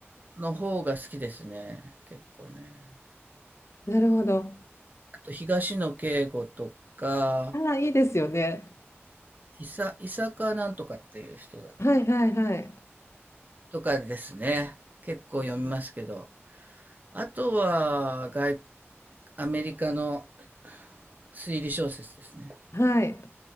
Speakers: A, on the right; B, on the left.
A: の方が好きですね。結構ね。
B: なるほど。
A: あと、東野圭吾とか、
B: ああ、いいですよね。
A: いさ、いさかなんとかっていう人だ。ね
B: はいはいはい。
A: とかですね。結構読みますけど。あとは、外、アメリカの推理小説ですね。
B: はい。